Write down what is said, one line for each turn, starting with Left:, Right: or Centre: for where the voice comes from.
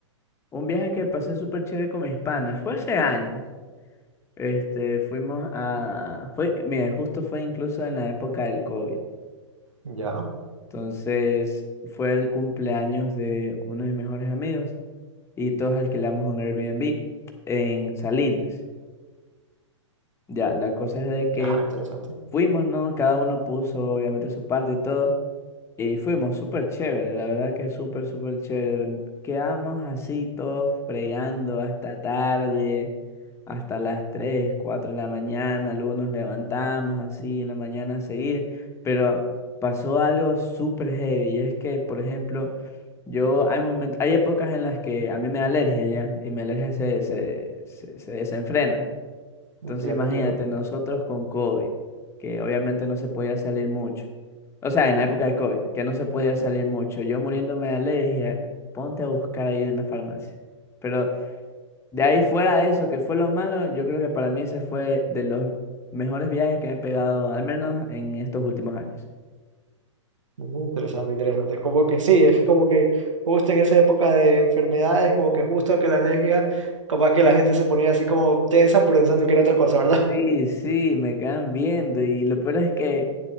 Left: Un viaje que pasé súper chévere con mis panas fue hace años. Este, fuimos a... Fue, mira, justo fue incluso en la época del COVID.
Right: Ya,
Left: Entonces, fue el cumpleaños de uno de mis mejores amigos y todos alquilamos un Airbnb en Salinas. Ya, la cosa es de que
Right: ajá, interesante.
Left: fuimos, ¿no? Cada uno puso obviamente su parte y todo. Y fuimos súper chévere, la verdad que súper, súper chévere. Quedamos así todos fregando hasta tarde, hasta las 3 4 de la mañana. Luego nos levantamos así en la mañana a seguir. Pero pasó algo súper heavy. Y es que, por ejemplo, yo hay momentos, hay épocas en las que a mí me da alergia ya, y mi alergia se, se, se, se desenfrena. Entonces
Right: Entiendo,
Left: imagínate,
Right: entiendo.
Left: nosotros con COVID, que obviamente no se podía salir mucho. O sea, en la época de COVID, que no se podía salir mucho. Yo muriéndome de alergia, ponte a buscar ahí una farmacia. Pero de ahí fuera de eso, que fue lo malo, yo creo que para mí ese fue de los mejores viajes que me he pegado, al menos en estos últimos años.
Right: Mm, Interesante, interesante. Es como que sí, es como que justo en esa época de enfermedades, como que justo que la alergia, como que la gente se ponía así como tensa por pensando que era otra cosa, ¿verdad?
Left: Sí, sí, me quedan viendo y lo peor es que